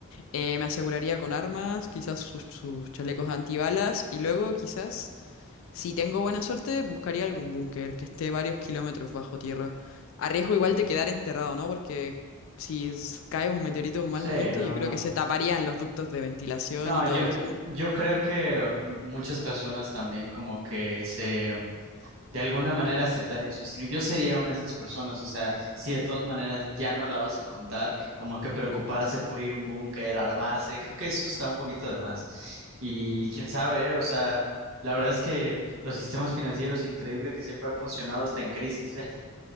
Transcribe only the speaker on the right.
Sí,
no,
no.
No,
yo,
yo creo que muchas personas también como que se de alguna manera aceptarían su destino. Yo sería una de esas personas, o sea, si de todas maneras ya no la vas a contar, como que preocuparse por ir a un búnker, armarse, creo que eso está un poquito de más. Y quién sabe, ¿eh? o sea, la verdad es que los sistemas financieros increíble que siempre han funcionado hasta en crisis, ¿eh?